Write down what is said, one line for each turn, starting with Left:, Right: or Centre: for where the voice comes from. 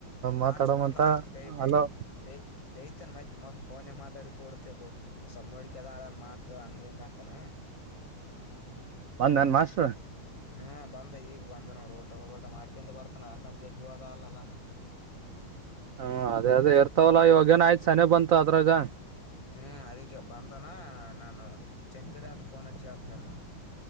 Left: ಮಾಸ್ಟರ್
Right: ಮಾತಾಡಮಂತ
Left: ಬಂದ ಮ ಬ ಬ
Right: ಹಲೋ
Left: ಬ ನ್ ಮೈತ್ಫೋನ ಮಾತಾಡ ಕಡ್ತೇ ಸ್ವಲ್ಪ ನೋಡಿಕದನ್ ಮಾತ್ ಹಂಗ ಹೆಂಗ ಅಂತನ್.
Right: ಒಂದ್ ನನ್ ಮಾಸ್ರ್
Left: ಹ್ಮ ಬಂದ ಈಗ ಬಂದ ನೋಡ್ ಊಟಬಊಟ ಮಾಡ್ಕೊಂಡ ಬರ್ತಾನ ಯಾಕಂದ ಜಲ್ದ ಹೋದ ಅಲ್ಲಲ್ಲಾ
Right: ಹ್ಮ ಅದೇ ಅದೇ ಇರ್ತವಲ್ಲ ಇವಾಗ ಏನ ಆಯ್ತು ಚನ ಬಂತು ಅದ್ರಾಗ
Left: ಹ್ಮ್ ಅದಕ್ಕೆ ಬಂದನಾ ನಾನು ಚೆಜ ಕಡೆ ಅನ್ ಫೋನ್ ಹಚ್ಚಿ ಹಕ್ತಣಣ